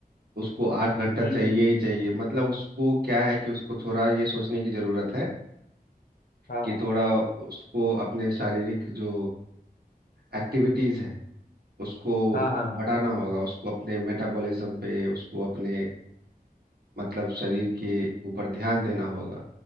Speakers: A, on the right; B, on the left.
A: उसको आठ घंटा
B: हम्म,
A: चाहिए ही चाहिए मतलब उसको क्या है कि उसको थोड़ा ये सोचने की जरूरत है
B: हाँ
A: कि थोड़ा उसको अपने शारीरिक जो एक्टिविटीज है उसको
B: हाँ हाँ हाँ
A: बढ़ाना होगा उसको अपने मेटाबॉलिज्म पे उसको अपने मतलब शरीर के ऊपर ध्यान देना होगा